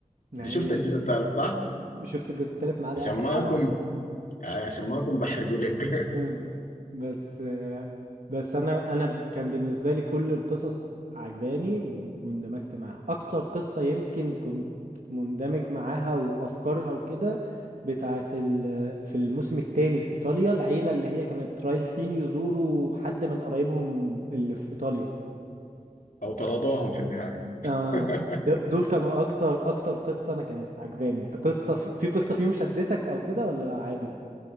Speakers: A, on the right; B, on the left.
A: ما
B: أنت شفت
A: هي
B: الجزء الثالث صح؟
A: شفت الجزء التالت ما عدا
B: عشان
A: اخر
B: ما
A: حلقه
B: أكون يعني عشان ما أكون بحرقه لك
A: مم. بس آه، بس انا انا ب- كان بالنسبه لي كل القصص عجباني ون- واندمجت معاها اكتر قصه يمكن كنت مندمج معاها وافكارها وكده بتاعه ال... في الموسم الثاني في ايطاليا العيله اللي هي كانت رايحين يزوروا حد من قرايبهم اللي في ايطاليا
B: <laughs> أو طردوهم في النهاية
A: اه
B: <laughs>
A: د- دول كانوا اكتر اكتر قصه انا كانت عجباني انت قصه في, في قصه فيهم شدتك او كده ولا عادي